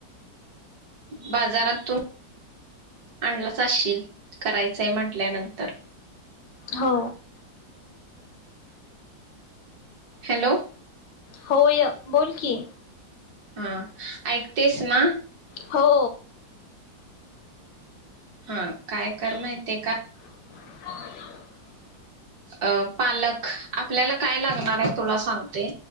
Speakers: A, on the right; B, on the left.
A: बाजारातून आणलाचशील करायचंय म्हटल्यानंतर
B: हो
A: हॅलो
B: होय बोल की
A: हा ऐकतेस ना
B: हो
A: हा काय कर माहिते का
B: <unintelligible>
A: अ पालक आपल्याला काय लागणार आहे तुला सांगते